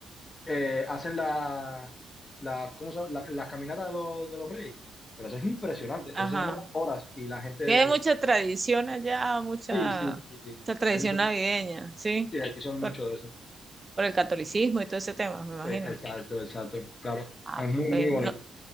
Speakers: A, on the left; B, on the right.
A: eh, hacen la, la, ¿cómo se llama? la- las caminatas de los, de los reyes. Pero eso es impresionante,
B: Ajá.
A: eso se demora horas y la gente,
B: Sí, Hay mucha tradición allá, mucha,
A: sí, sí, sí, sí.
B: mucha tradición
A: Aquí son,
B: navideña, ¿sí?
A: sí, aquí son
B: Por,
A: muchos de eso.
B: por el catolicismo y todo ese tema, me imagino.
A: Sí, El salto, el salto, claro.
B: Ah,
A: Es muy, muy
B: pero
A: bonito.
B: no.